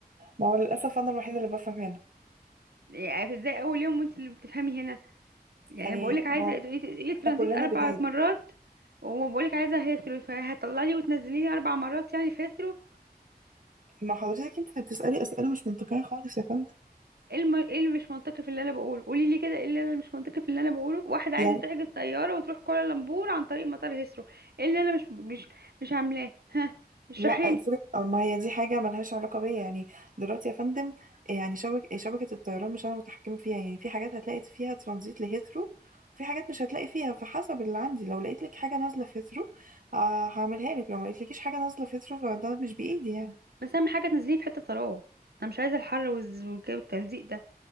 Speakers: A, on the right; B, on the right.
A: ما هو للأسف أنا الوحيدة اللي بفهم هنا
B: يعني ازاي اول يوم وانت اللي بتفهمي هنا يعني
A: يعني
B: بقول لك عايزه
A: ما
B: تقولي تقولي
A: احنا
B: ترانزيت
A: كلنا
B: اربع
A: جداد
B: مرات وما بقول لك عايزه هيثرو فهتطلعي وتنزليني اربع مرات يعني في هيثرو؟
A: ما حضرتك انت اللي بتسألي أسئلة مش منطقية خالص يا فندم
B: ايه الم... ايه اللي مش منطقي في اللي انا بقوله قولي لي كده ايه اللي انا مش منطقي في اللي انا بقوله واحده
A: يعني
B: عايزه تحجز طياره وتروح كوالالمبور عن طريق مطار هيسرو ايه اللي انا مش مش مش عاملاه ها اشرحي
A: لا افرق
B: لي
A: ما هي دي حاجة ملهاش علاقة بيا يعني دلوقتي يا فندم يعني شبك شبكة الطيران مش أنا متحكمة فيها يعني في حاجات هتلاقي فيها ترانزيت لهيثرو وفي حاجات مش هتلاقي فيها فحسب اللي عندي لو لقيت لك حاجة نازلة في هيثرو آه هعملها لك لو ما لقيتلكيش حاجة نازلة في هيثرو فده مش بإيدي يعني
B: بس اهم حاجه تنزليه في حته طراوه انا مش عايزه الحر والز- والجو- والتلزيق ده